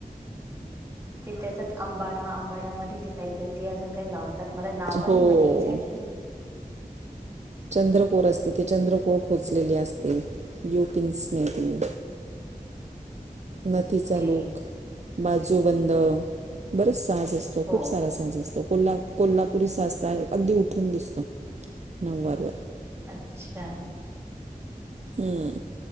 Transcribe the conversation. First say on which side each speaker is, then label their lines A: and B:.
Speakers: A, on the right; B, on the right.
A: ते त्याच्यात आंबाडा आंबाड्यामध्ये त काहीतरी त अजून काही लावत तात. मला नाव नाही
B: हो
A: माहिती एक्झॅक्टली.
B: चंद्रकोर असते ते चंद्रकोर खोचलेली असते यू पिन्सने ती नथीचा.
A: के
B: लूक बाजूबंद बरच. साज असतो.
A: हो
B: खूप सारा साज असतो. कोल्हा कोल्हापुरी साज अगदी उठून दिसतो. नऊवारवर
A: अच्छा.
B: हम्म.